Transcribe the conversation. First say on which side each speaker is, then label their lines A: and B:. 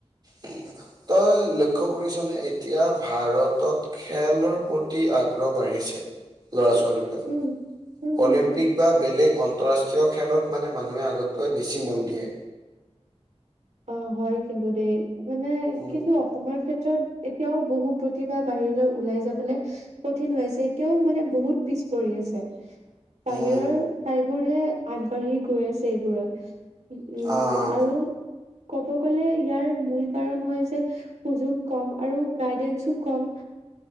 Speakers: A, on the right; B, on the right.
A: উম। তই লক্ষ্য কৰিছ নে, এতিয়া ভাৰতত খেলৰ প্ৰতি আগ্ৰহ বাঢ়িছে। ল'ৰা-ছো ৱালীবোৰৰ।
B: উম, উম।
A: অলিম্পিক বা বেলেগ আন্তঃৰাষ্ট্ৰীয় খেলত মানে মানুহে আগতকৈ বেছি মন দিয়ে।
B: অ' হয় কিন্তু দেই। মানে
A: উম
B: কিন্তু অসমৰ ক্ষেত্ ত্ৰত এতিয়াও বহু প্ৰতিভা বাহিৰলৈ ওলাই যাবলৈ কঠিন হৈ আছে। এতিয়াও মানে বহুত পিছ পৰি আছে। বাহিৰৰ
A: উম
B: ঠাইবোৰহে আগবাঢ়ি গৈ আছে এইবোৰত। উম,
A: অ'
B: আৰু ক'ব গ'লে, ইয়াৰ মূল কাৰণ হয় যে সুযোগ কম আৰু গাইডেঞ্চো কম।